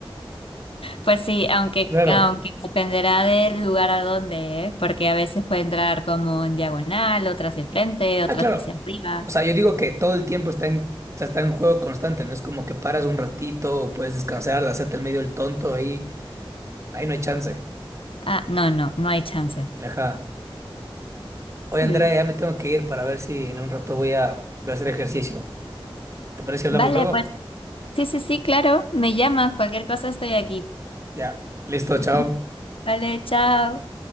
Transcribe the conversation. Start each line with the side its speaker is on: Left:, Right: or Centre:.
Left: Pues sí, aunque,
Right: Claro.
Left: aunque dependerá del lugar a donde, ¿eh? Porque a veces puede entrar como en diagonal, otras de frente, otras
Right: Ah, claro.
Left: hacia arriba.
Right: O sea, yo digo que todo el tiempo está en, o sea, está en juego constante, no es como que paras un ratito o puedes descansar, de hacerte el medio el tonto ahí, ahí no hay chance.
Left: Ah, no, no, no hay chance.
Right: Ajá. Oye,
Left: Sí.
Right: Andrea, ya me tengo que ir para ver si en un rato voy a, voy a hacer ejercicio. ¿Te parece si hablamos
Left: Vale,
Right: luego?
Left: pues sí, sí, sí, claro, me llamas, cualquier cosa estoy aquí.
Right: Ya. Listo, chao.
Left: <laughs> Vale, chao.